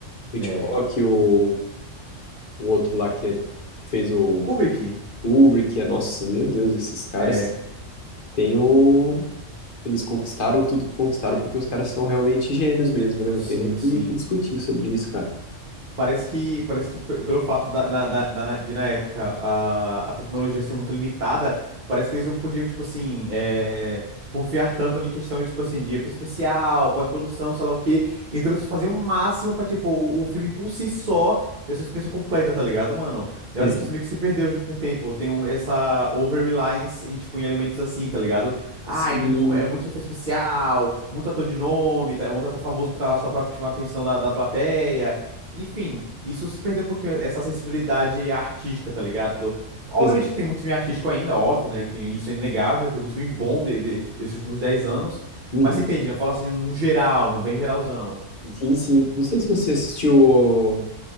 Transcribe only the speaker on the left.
O Hitchcock,
o, o outro lá que, é- que fez o
Kubrick, é, nossa, meu Deus, esses caras
têm o, eles conquistaram tudo que conquistaram porque os caras são realmente gênios mesmo, né?
Não tem nem o que,
que discutir sobre isso, cara.
Exato.
Sim,
exato.
Uhum.
Sim, sim. Não sei se você assistiu o